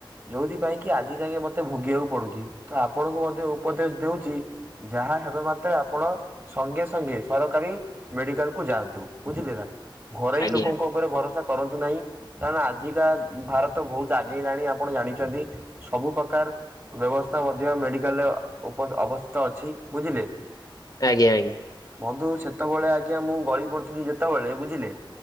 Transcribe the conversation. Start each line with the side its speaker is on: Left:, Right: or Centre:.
Right: ଯୋଉଁଥିପାଇଁ କି ଆଜି ଯାକେ ମତେ ଭୋଗିବାକୁ ପଡୁଛି ତ ଆପଣଙ୍କୁ ମଧ୍ୟ ଉପଦେଶ ଦଉଛି ଯାହା ମାତ୍ରେ ଆପଣ ସଙ୍ଗେ ସଙ୍ଗେ ସରକାରୀ ମେଡିକାଲ କୁ ଯାଆନ୍ତୁ ବୁଝିଲେ ନା। ଘରୋଇ
Left: ଆଜ୍ଞା ଆଜ୍ଞା
Right: ଲୋକଙ୍କ ଉପରେ ଭରସା କରନ୍ତୁ ନାହିଁ। କାରଣ ଆଜିକା ଭାରତ ବହୁତ ଆଗେଇଲାଣି ଆପଣ ଜାଣି ଚନ୍ତି। ସବୁ ପ୍ରକାର ବ୍ୟବସ୍ଥା ମଧ୍ୟ ମେଡିକାଲରେ ଅବସ୍ଥିତ ଅଛି ବୁଝିଲେ। ହ
Left: ଆଜ୍ଞା ଆଜ୍ଞା।
Right: ବନ୍ଧୁ ସେତେବେଳେ ଆଜ୍ଞା ମୁଁ ଗଳି ପଡ଼ିଥିଲି ଯେତେବେଳେ ବୁଝିଲେ?